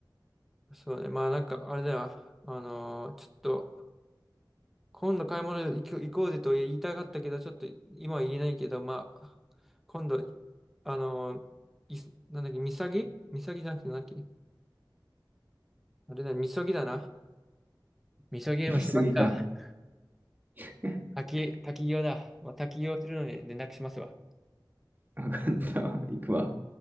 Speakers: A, in the centre; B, on the right.
A: う。そうね。まあ、なんか、あれだよ。あのーちょっと、今度買い物行こ行こうぜと言いたかったけど、ちょっと今は言えないけど、まあ、今度、あのーいすなんだっけ、みさぎみさぎじゃなくて、なんだっけあれだね、みそぎだな。みそぎでもしますか。
B: <laughs> 見すぎか。<laughs>
A: 滝、滝行だ。まあ、滝行するのに連絡しますわ。
B: わかったわ。行くわ。